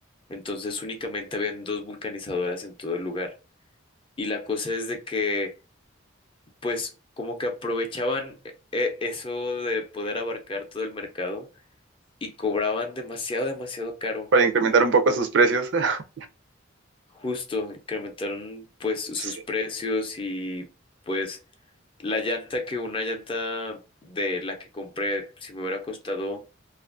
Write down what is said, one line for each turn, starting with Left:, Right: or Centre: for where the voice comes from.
Left: entonces únicamente habían dos vulcanizadoras en todo el lugar. Y la cosa es de que, pues, como que aprovechaban eh, eh, eso de poder abarcar todo el mercado y cobraban demasiado, demasiado caro.
Right: Para incrementar un poco sus precios. <laughs>
Left: Justo, incrementaron pues sus
Right: Sí,
Left: precios y pues la llanta que una llanta de la que compré, si me hubiera costado